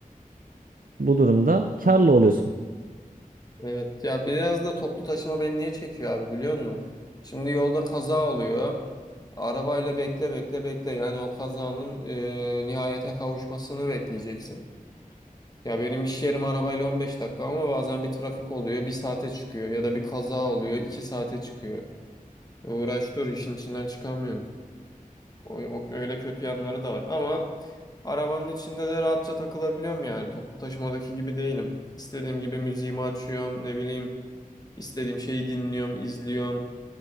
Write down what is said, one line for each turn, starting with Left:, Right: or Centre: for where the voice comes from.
Right: Bu durumda karlı oluyorsun.
Left: Evet ya biraz da toplu taşıma beni niye çekiyor abi biliyor musun? Şimdi yolda kaza oluyor. Arabayla bekle bekle bekle yani o kazanın e, nihayete kavuşmasını bekleyeceksin. Ya benim iş yerim arabayla 15 dakika ama bazen bir trafik oluyor bir saate çıkıyor ya da bir kaza oluyor 2 saate çıkıyor. Uğraş dur işin içinden çıkamıyorsun. O, o- öyle kötü yanları da var ama arabanın içinde de rahatça takılabiliyorum yani toplu taşımadaki gibi değilim. İstediğim gibi müziğimi açıyorum ne bileyim. İstediğim şeyi dinliyorum, izliyorum